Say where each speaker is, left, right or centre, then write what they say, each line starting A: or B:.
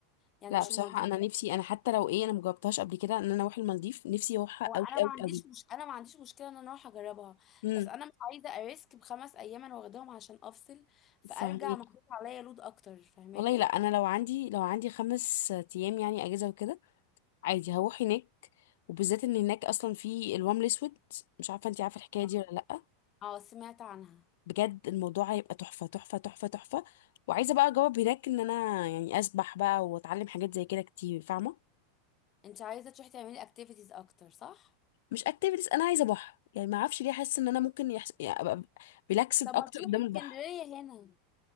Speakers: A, on the left; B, on the left.
A: يعني
B: لا
A: مش
B: بصراحه
A: المالديف
B: انا
A: بس.
B: نفسي انا حتى لو ايه انا مجربتهاش قبل كده ان انا اروح المالديف نفسي اروحها
A: هو
B: قوي
A: انا ما
B: قوي
A: عنديش
B: قوي
A: مش انا ما عنديش مشكله ان انا اروح اجربها
B: امم
A: بس انا مش عايزه اريسك بخمس ايام انا واخداهم عشان افصل فارجع
B: فاهمك
A: محطوط عليا لود اكتر فاهماني
B: والله لا انا لو عندي لو عندي خمس ايام يعني اجازه وكده عادي هروح هناك وبالذات ان هناك اصلا في الوام الاسود مش عارفه انت عارفه الحكايه
A: اه
B: دي ولا لا
A: آه، سمعت عنها
B: بجد الموضوع هيبقى تحفة تحفة تحفة تحفة وعايزة بقى اجاوب هناك ان انا يعني اسبح بقى واتعلم حاجات زي كده كتير فاهمة
A: انت عايزه تروحي تعملي اكتيفيتيز اكتر صح
B: مش اكتيفيتيز انا عايزة بحر يعني ما اعرفش ليه حاسة ان انا ممكن يحس... يعني ابقى ريلاكسد
A: طب
B: اكتر
A: ما تروحي
B: قدام
A: اسكندريه
B: البحر
A: هنا